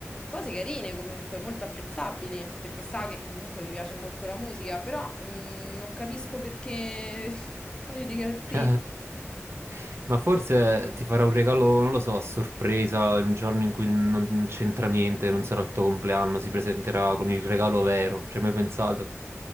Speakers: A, on the left; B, on the right.
A: cose carine comunque, molto apprezzabili, perché sa che comunque mi piace molto la musica, però mh, non capisco perché <laughs> un paio di calzini.
B: <laughs> Eh, Ma forse ti farà un regalo, non lo so, a sorpresa, in un giorno in cui non c'entra niente, non sarà il tuo compleanno, si presenterà con il regalo vero, ci hai mai pensato?